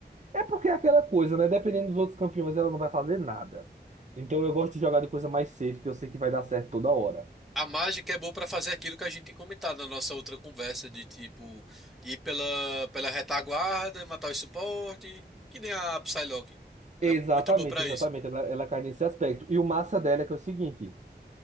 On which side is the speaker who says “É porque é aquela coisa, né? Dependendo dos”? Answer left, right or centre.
Right